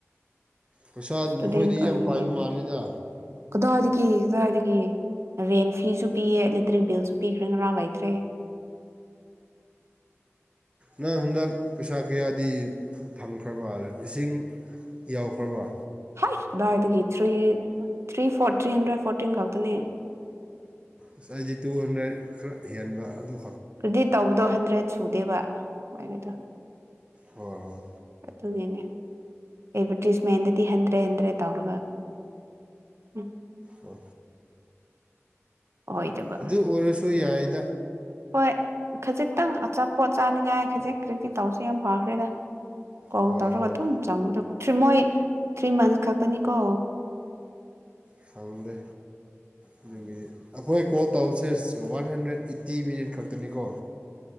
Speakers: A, on the right; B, on the right.
A: ꯄꯩꯁꯥ
B: ꯏꯁꯇꯨꯗꯦꯟ
A: ꯅꯈꯣꯏꯗꯤ ꯌꯥꯝ
B: ꯑꯣꯏꯕꯅꯤꯅ
A: ꯄꯥꯏꯕ ꯃꯥꯜꯂꯤꯗ
B: ꯀꯗꯥꯏꯗꯒꯤ ꯀꯗꯥꯏꯗꯒꯤ ꯔꯦꯟ ꯐꯤꯁꯨ ꯄꯤꯌꯦ ꯏꯂꯦꯛꯇ꯭ꯔꯤꯛ ꯕꯤꯜꯁꯨ ꯄꯤꯈ꯭ꯔꯦ ꯉꯔꯥꯡ ꯂꯩꯇ꯭ꯔꯦ
A: ꯅꯪ ꯍꯟꯗꯛ ꯄꯩꯁꯥ ꯀꯌꯥꯗꯤ ꯐꯪꯈ꯭ꯔꯕ ꯏꯁꯤꯡ ꯌꯥꯎꯈ꯭ꯔꯕ
B: ꯍꯥꯏ ꯀꯗꯥꯏꯗꯒꯤ three three four three hundred fourteen ꯈꯛꯇꯅꯤ
A: ꯑꯁ ꯑꯩꯗꯤ ꯇꯨ ꯍꯟꯗ꯭ꯔꯦꯠ ꯈꯔ ꯍꯦꯟꯕ ꯑꯗꯨꯝ
B: ꯑꯗꯨꯗꯤ ꯇꯧꯕꯗꯣ ꯍꯟꯗ꯭ꯔꯦꯠ ꯁꯨꯗꯦꯕ ꯃꯣꯏꯅꯤꯗꯣ
A: ꯍꯣꯏ ꯍꯣꯏ
B: ꯑꯠꯇꯗꯤꯅꯦ ꯑꯦꯠꯚꯔꯇꯤꯁꯃꯦꯟꯗꯗꯤ ꯍꯟꯗ꯭ꯔꯦ ꯍꯟꯗ꯭ꯔꯦ ꯇꯧꯔꯒ ꯎꯝ
A: ꯑꯣ
B: ꯑꯣꯏꯗꯕ
A: ꯑꯗꯨ ꯑꯣꯏꯔꯁꯨ ꯌꯥꯏꯗ
B: ꯍꯣꯏ ꯈꯖꯤꯛꯇꯪ ꯑꯆꯥꯄꯣꯠ ꯆꯥꯅꯤꯡꯉꯥꯏ ꯈꯖꯤꯛ ꯀꯗꯤ ꯇꯧꯁꯨ ꯌꯥꯝ ꯐꯈ꯭ꯔꯦꯗ ꯀꯣ
A: ꯍꯣꯏ
B: ꯇꯔ
A: ꯍꯣꯏ
B: ꯀ ꯆꯃꯨꯗ ꯀ ꯊ꯭ꯔꯤ ꯃꯣꯏ ꯊ꯭ꯔꯤ ꯃꯟꯁ ꯈꯛꯇꯅꯤꯀꯣ
A: ꯐꯪꯗꯦ ꯑꯗꯨꯒꯤ ꯑꯩꯈꯣꯏ ꯀꯣ ꯇꯥꯎꯟꯁꯦ ꯋꯥꯟ ꯍꯟꯗ꯭ꯔꯦꯠ ꯑꯩꯠꯇꯤ ꯃꯤꯅꯤꯠ ꯈꯛꯇ ꯄꯅꯤꯒꯣ